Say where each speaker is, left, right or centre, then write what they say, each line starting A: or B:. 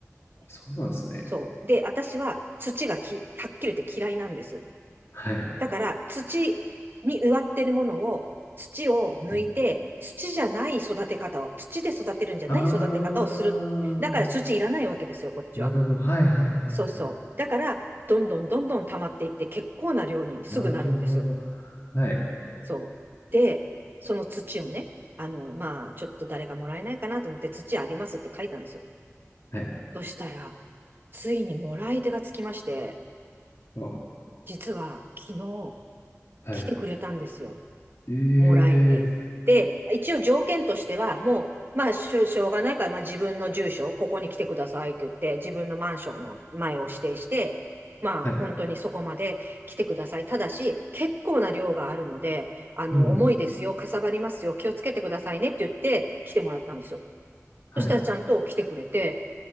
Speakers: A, on the left; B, on the right.
A: あそうなんですね。
B: そう。で、私は土がき、はっきり言って嫌いなんです。
A: はい。
B: だから土に植わってるものを、土を抜いて、
A: うん
B: 土じゃない育て方を、土で育てるんじゃない育て方をする。
A: あー、
B: だから土いらないわけですよ、こっちは。
A: なるほど。はいはいはいはい。
B: そうそう。だから、どんどんどんどん溜まっていって、結構な量にすぐなるんですよ。
A: なるほど。はい。
B: そう。で、その土をね、あの、まあ、ちょっと誰かもらえないかなと思って、土あげますって書いたんですよ。
A: はい。
B: そしたら、ついにもらい手がつきまして、
A: お、
B: 実は昨日
A: はい。
B: 来てくれたんですよ。
A: ええ
B: もらいに。で、一応条件としては、もう、まあ、しょ、しょうがないから、まあ、自分の住所、ここに来てくださいって言って、自分のマンションの前を指定して、まあ、
A: はい。
B: 本当にそこまで来てください。ただし、結構な量があるので、あの、
A: うん。
B: 重いですよ、かさばりますよ、気をつけてくださいねって言って、来てもらったんですよ。
A: はい。
B: そしたらちゃんと来てくれて、